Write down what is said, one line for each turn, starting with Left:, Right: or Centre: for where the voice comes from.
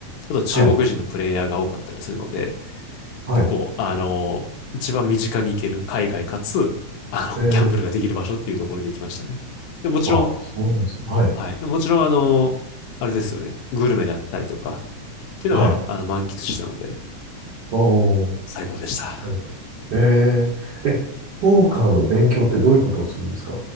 Left: あと中国人のプレイヤーが多かったりするので、
Right: はい、はい。
Left: 結構、あの、一番身近に行ける海外かつ、あの、
Right: えー、
Left: <laughs> ギャンブルができる場所っていうところで行きましたね。で、もちろん、
Right: あ、そうなんですか。はい、
Left: はい。でもちろん、あの、あれですよね、グルメであったりとか、っていうのは、
Right: はい。
Left: あの、満喫したので、
Right: おお、
Left: 最高でした。
Right: なるほど。えー、え、ポーカーの勉強ってどういうことをするんですか